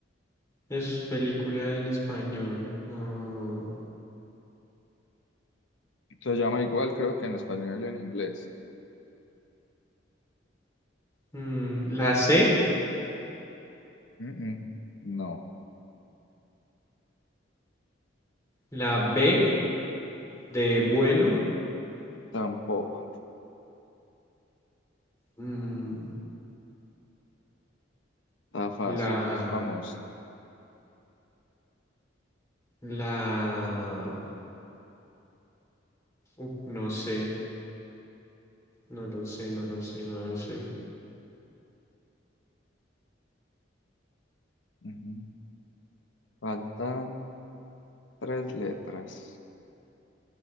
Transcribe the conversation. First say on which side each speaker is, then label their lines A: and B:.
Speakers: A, on the left; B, on the left.
A: Es película en español. ah,
B: Se llama igual, creo que en español y en inglés.
A: mm, la C,
B: Mm-mm. No,
A: la B de
B: Mm,
A: bueno,
B: tampoco.
A: mm,
B: Está fácil,
A: la,
B: es famosa.
A: la, uh, no sé, no lo sé, no lo sé, no lo sé.
B: Ujú. Faltan tres letras.